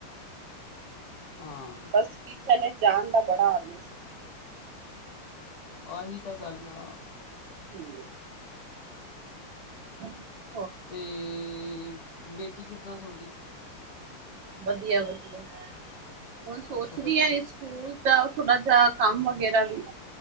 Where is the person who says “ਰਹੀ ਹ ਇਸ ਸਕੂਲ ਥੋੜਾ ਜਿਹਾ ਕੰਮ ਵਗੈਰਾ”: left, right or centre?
Right